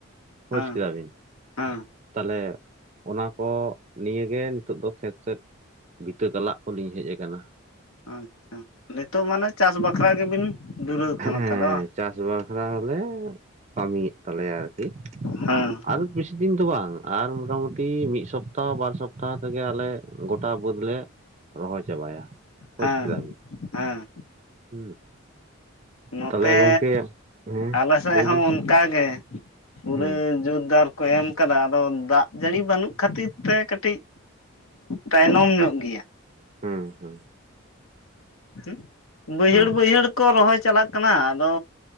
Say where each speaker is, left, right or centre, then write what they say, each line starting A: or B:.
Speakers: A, on the right; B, on the left.
A: ᱵᱩᱡᱽ
B: ᱦᱮᱸ
A: ᱠᱮᱫᱟ ᱵᱤᱱ
B: ᱦᱮᱸ
A: ᱛᱟᱦᱚᱞᱮ ᱚᱱᱟ ᱠᱚ ᱱᱤᱭᱟᱹ ᱜᱮ ᱱᱤᱛᱚᱜ ᱫᱚ ᱠᱷᱮᱛ ᱥᱮᱫ ᱵᱤᱛᱟᱹ ᱠᱟᱞᱟᱜ ᱠᱚᱞᱤᱧ ᱦᱮᱡ ᱠᱟᱱᱟ᱾
B: ᱟᱪᱪᱷᱟ ᱱᱤᱛᱳᱜ ᱢᱟᱱᱮ ᱪᱟᱥ ᱵᱟᱠᱷᱨᱟ ᱜᱮᱵᱤᱱ, ᱫᱷᱩᱨᱟᱹᱶ
A: ᱦᱮᱸ
B: ᱠᱟᱱᱟ ᱛᱟᱦᱚᱞᱮ ᱵᱟᱝ?
A: ᱪᱟᱥ ᱵᱟᱠᱷᱨᱟ ᱦᱚᱞᱮ ᱠᱟᱹᱢᱤᱭᱮᱫ ᱛᱟᱞᱮᱭᱟ ᱟᱨᱠᱤ᱾
B: ᱦᱩᱸ
A: ᱟᱨ ᱵᱮᱥᱤ ᱫᱤᱱ ᱫᱚ ᱵᱟᱝ ᱟᱨ ᱢᱚᱴᱟᱢᱩᱴᱤ ᱢᱤᱫ ᱥᱚᱯᱛᱟᱦᱚ ᱵᱟᱨ ᱥᱚᱯᱛᱟᱦᱚ ᱛᱮᱜᱮ ᱟᱞᱮ ᱜᱚᱴᱟ ᱵᱟᱹᱫᱽ ᱞᱮ ᱨᱚᱦᱚᱭ ᱪᱟᱵᱟᱭᱟ᱾ ᱵᱩᱡᱽ
B: ᱦᱮᱸ
A: ᱠᱮᱫᱟ ᱵᱤᱱ
B: ᱦᱮᱸ
A: ᱦᱩᱸ
B: ᱱᱚᱛᱮ
A: ᱛᱟᱦᱚᱞᱮ ᱜᱚᱝᱠᱮ ᱦᱮᱸ
B: ᱟᱞᱮ ᱥᱮᱫ
A: ᱞᱟᱹᱭ
B: ᱦᱚᱸ
A: ᱵᱤᱱ
B: ᱚᱱᱠᱟᱜᱮ ᱯᱩᱨᱟᱹ
A: ᱦᱮᱸ
B: ᱡᱳᱛᱫᱟᱨ ᱠᱚ ᱮᱢ ᱠᱟᱫᱟ ᱟᱫᱚ ᱫᱟᱜ ᱡᱟᱹᱲᱤ ᱵᱟᱹᱱᱩᱜ ᱠᱷᱟᱹᱛᱤᱨ ᱛᱮ ᱠᱟᱹᱴᱤᱜ ᱛᱟᱭᱱᱚᱢ ᱧᱚᱜ ᱜᱮᱭᱟ᱾
A: ᱦᱩᱸ ᱦᱩᱸ
B: ᱦᱩᱸ ᱵᱟᱹᱭᱦᱟᱹᱲ
A: ᱦᱮᱸ
B: ᱵᱟᱹᱭᱦᱟᱹᱲ ᱠᱚ ᱨᱚᱦᱚᱭ ᱪᱟᱞᱟᱜ ᱠᱟᱱᱟ, ᱟᱫᱚ